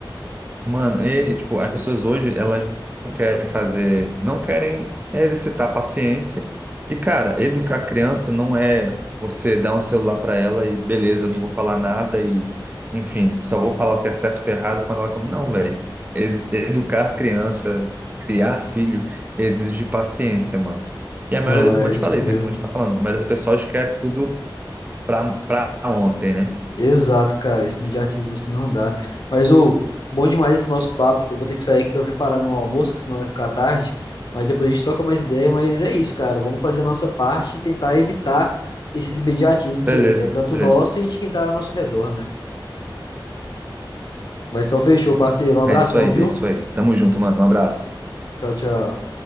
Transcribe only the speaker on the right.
Mano, e tipo, as pessoas hoje, elas não querem fazer, não querem exercitar paciência. E, cara, educar a criança não é você dar um celular para ela e beleza, não vou falar nada e, enfim, só vou falar o que é certo e o que é errado quando ela come. Não, velho. E- Educar a criança, criar filho, exige paciência, mano. E a
maioria, como
eu te
falei,
né? Como a gente tá falando, a maioria do pessoal acho que é tudo pra, pra ontem, né?
Beleza,
beleza.
É isso aí,
é isso aí. Tamo junto, mano. Um abraço.